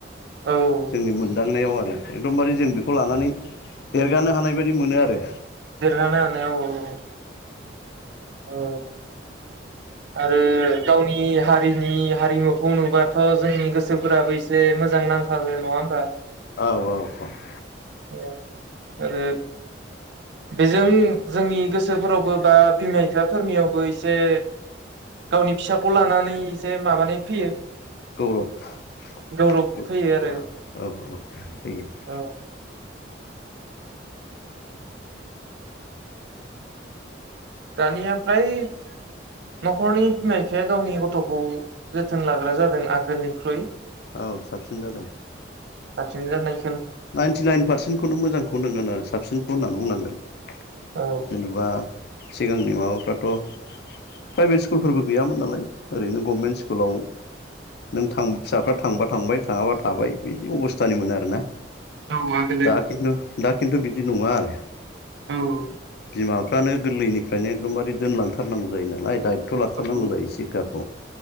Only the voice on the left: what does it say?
जोंनि मोनदांनायाव आरो एकदमबारे जों बेखौ लानानै देरगानो हानाय बायदि मोनो आरो।
औ औ औ
गौरब औ
औ
औ
औ साबसिन जादों।
नाइनटि नाइन पार्सेन्टखौनो मोजांखौ नांगोन आरो साबसिनखौ होननानै बुंनांगोन।
जेनबा सिगांनि माबाफ्राथ' प्राइभेट स्कुलबो गैयामोन नालाय ओरैनो गभमेन्ट स्कुलाव नों थां फिसाफ्रा थांबा थांबाय थाङाबा थाबाय बिदि अबस्थानिमोन आरोना।
दा खिन्थु दा खिन्थु बिदि नङा आरो।
बिमाफ्रानो गोरलैनिफ्रायनो एकदमबारे दोनलांथारनांगौ जायो नालाय दायथ' लाथारनांगौ
जायो सिक्षाखौ।